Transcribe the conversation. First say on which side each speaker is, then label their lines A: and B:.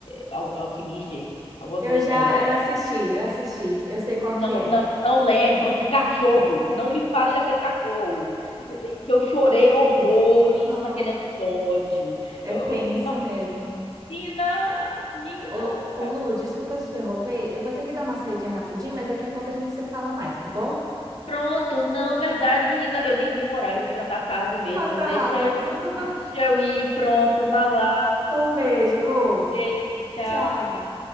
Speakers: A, on the left; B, on the right.
A: é, al Alquimista, alguma
B: Eu
A: coisa.
B: já, eu assisti, eu assisti. Eu sei
A: N-
B: qual
A: Não,
B: que é.
A: não, não lembro do cachorro. Não me fale daquele cachorro. e- Que eu chorei horrores
B: Ah,
A: naquele episódio.
B: é
A: Eu,
B: tenso
A: não.
B: mesmo.
A: Nina, Nina.
B: Ô, ô, Lu, desculpa te interromper. Eu vou ter que dar uma saidinha rapidinho, mas daqui a pouco a gente se fala mais, tá bom?
A: Pronto, não, verdade, menina. Eu nem vi o horário, eu vi já tá tarde mesmo.
B: Passa
A: Deixa,
B: rápido. <laughs>
A: deixa eu ir, pronto, vá lá.
B: Um beijo, Lu.
A: Beijo, tchau.
B: Tchau.